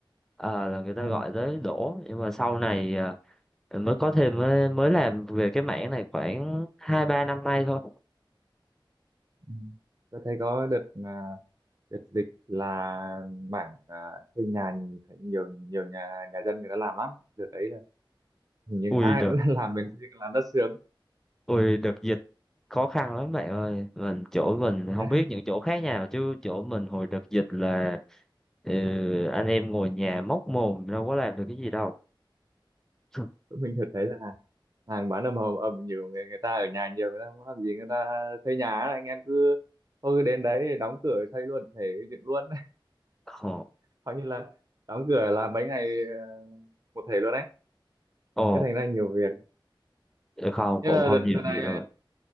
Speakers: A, in the centre; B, on the right.
A: Ờ, là người ta
B: À,
A: gọi tới đổ nhưng mà sau này à, mới có thêm mới, mới làm về cái mảng này khoảng hai ba năm nay thôi
B: ừ. tôi thấy có đợt à, Đợt dịch là mảng à, xây nhà thấy nhiều nhiều nhà nhà dân người ta làm lắm đợt đấy là hình như
A: ui
B: ai
A: được
B: cũng <laughs> làm bên làm đất sướng
A: ui đợt dịch khó khăn lắm bạn ơi mình chỗ mình
B: <laughs>
A: không
B: Thế là
A: biết những chỗ khác nào chứ chỗ mình hồi đợt dịch là ừ, anh em ngồi nhà móc mồm đâu có làm được cái gì đâu <laughs>
B: tụi mình thật thấy là hàng hàng bán ầm ầm ầm nhiều người người ta ở nhà nhiều người ta không làm gì người ta xây nhà ấy. anh em cứ thôi cứ đến đấy đóng cửa xây luôn thể dựng luôn <laughs>
A: ồ
B: coi như là đóng cửa làm mấy ngày ờ, một thể luôn đấy
A: ồ
B: thế thành ra nhiều việc
A: Ờ, không
B: nhưng
A: cũng
B: mà
A: không
B: đợt,
A: nhiều
B: đợt này
A: gì đâu bạn.